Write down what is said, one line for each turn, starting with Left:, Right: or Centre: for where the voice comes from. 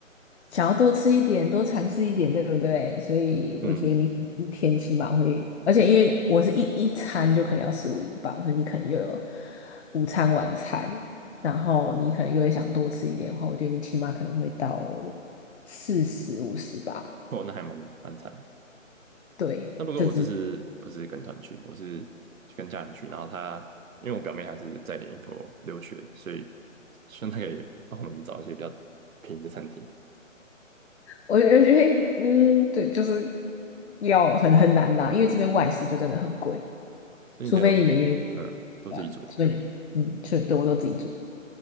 Left: 想要多吃一点，多尝试一点，对不对？所以我觉得你可能一天起码会，
Right: 嗯，
Left: 而且因为我是一一餐就可能要十五英镑，所以你可能又有午餐、晚餐，然后你可能又会想多吃一点的话，我觉得你起码可能会到四十、五十吧。
Right: 哦，那还蛮蛮惨。
Left: 对，
Right: 那不过我这次不是跟团去，
Left: 这只
Right: 我是去跟家人去。然后他因为我表妹还是在英国留学的所以希望她可以帮我们找一些比较便宜的餐厅。
Left: 我觉得，嗯，对，就是要很很难啦，因为这边外食就真的很贵。
Right: 所以你现在都是嗯，
Left: 除非你们愿意，
Right: 都自己煮，
Left: 对啊，除非你除嗯，是，对，我都自己煮，